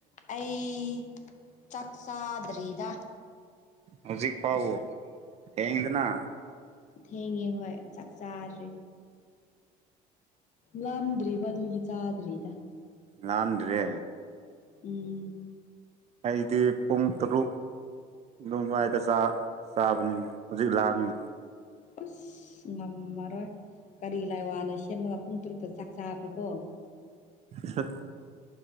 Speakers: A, on the left; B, on the right.
A: ꯑꯩ ꯆꯥꯛ ꯆꯥꯗ꯭ꯔꯤꯗ
B: ꯍꯧꯖꯤꯛ ꯐꯥꯎ ꯊꯦꯡꯌꯦꯡꯗꯅ
A: ꯊꯦꯡꯉꯦ ꯍꯣꯏ ꯆꯥꯛ ꯆꯥꯗꯔꯤ ꯂꯝꯗ꯭ꯔꯤꯕ ꯑꯗꯨꯒꯤ ꯆꯥꯗ꯭ꯔꯤꯗ
B: ꯂꯥꯝꯗ꯭ꯔꯦ
A: ꯎꯝ
B: ꯑꯩꯗꯤ ꯄꯨꯡ ꯇꯔꯨꯛ ꯑꯗꯨꯕꯥꯥꯏꯗ ꯆꯥ ꯆꯥꯕꯅꯤꯅꯦ ꯍꯧꯖꯤꯛ ꯂꯥꯝꯃꯦ
A: ꯑꯁ ꯉꯝꯃꯔꯣꯏ ꯀꯔꯤ ꯂꯥꯏꯋꯥꯅ ꯁꯦꯝꯃꯒ ꯄꯨꯡ ꯇꯔꯨꯛꯇ ꯆꯥꯛ ꯆꯥꯕ ꯀꯣ
B: ꯏꯁꯠ